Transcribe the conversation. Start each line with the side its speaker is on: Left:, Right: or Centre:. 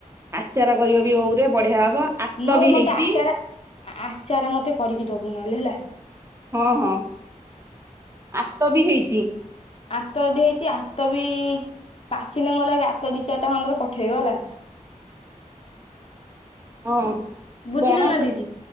Right: ଆଚାର କରିବ ବି ଓଉ ରେ ବଢିଆ ହବ। ଆତ
Left: ନଲେ
Right: ବି
Left: ମତେ
Right: ହେଇଛି
Left: ଆଚାର ଆଚାର ମତେ କରିକି ଦୋବୁ ନଲେ ହେଲା।
Right: ହଁ ହଁ ଆତ ବି ହେଇଚି।
Left: ଆତ ଅଦି ହେଇଚି ଆତ ବି ପାଚିଲେ ମୋ ଲାଗି ଗାତ ଦିଇ ଚାରିଟା ଖଣ୍ଡର ପଠେଇବ ହେଲା।
Right: ହଁ
Left: ବୁଝିଲ
Right: ପଣସ
Left: ନା ଦିଦି